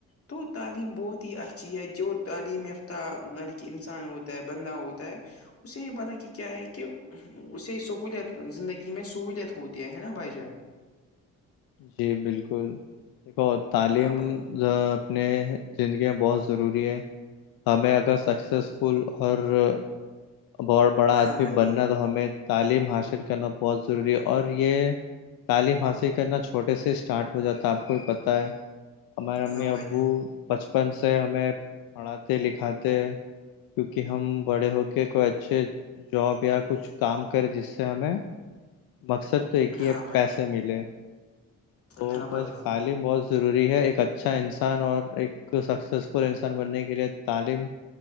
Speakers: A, on the left (about 40°); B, on the left (about 75°).
A: تو تعلیم بہت ہی اچھی ہے جو تعلیم یافتہ ملے کہ انسان ہوتا ہے بندلہ ہوتا ہے اسے یہ مطلب کہ کیا ہے کہ اسے سہولیت زندگی میں سہولیت ہوتی ہے نا بھجار
B: جی بالکل دیکھو تعلیم
A: ہاں بھائی
B: اپنے زندگیاں بہت ضروری ہے ہمیں اگر سکسیزفل ہرارڈ بڑا آدمی
A: ہاں بھائی جان
B: بننا تو ہمیں تعلیم حاصل کرنا بہت ضروری ہے اور یہ تعلیم حاصل کرنا چھوٹے سے اسٹارٹ ہو جاتا ہے آپ کو بھی پتہ ہے ہمارے امی
A: ہاں
B: ابو
A: بھائی جان
B: بچن بچپن سے ہمیں پڑھاتے لکھاتے کیونکہ ہم بڑے ہوک کو اچھے جاب یا کچھ کام کر جس سے ہمیں مقصد تو ایک ہی
A: ہاں بھائی
B: پیسے
A: جان
B: ملے تو
A: ہاں بھائی
B: بس
A: جان
B: تعلیم بہت ضروری ہے ایک اچھا انسان اور ایک سکسیسفل انسان بننے کے لیے تعلیم